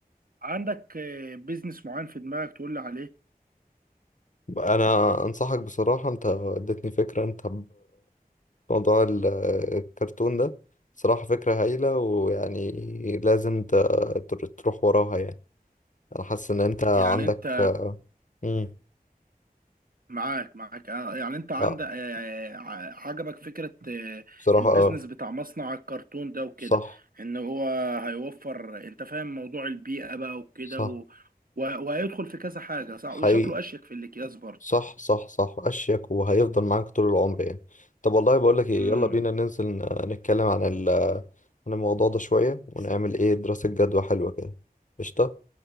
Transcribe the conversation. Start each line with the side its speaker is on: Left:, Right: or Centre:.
Right: عندك بيزنس معين في دماغك تقول لي عليه
Left: انا انصحك بصراحة انت اديتني فكرة انت بموضوع ال- الكرتون ده صراحة فكرة هايلة ويعني لازم ت- تر- تروح وراها يعني انا حاسس ان انت عندك
Right: يعني انت
Left: مم.
Right: معاك معاك آه، يعني انت عندك
Left: اه
Right: آه، آه، ع- عجبك فكرة آه،
Left: بصراحة
Right: البيزنس
Left: اه
Right: بتاع مصنع الكرتون ده وكده
Left: صح
Right: ان هو هيوفر انت فاهم موضوع البيئة بقى وكده
Left: صح
Right: و... و... وهيدخل في كذا حاجة صح
Left: حقيقي
Right: وشكله اشيك في الاكياس برضه
Left: صح صح صح اشيك وهيفضل معاك طول العمر يعني طب والله بقول لك ايه
Right: امم
Left: يلا بينا ننزل ن- نتكلم عن ال عن الموضوع ده شوية ونعمل ايه دراسة جدوى حلوة كده قشطة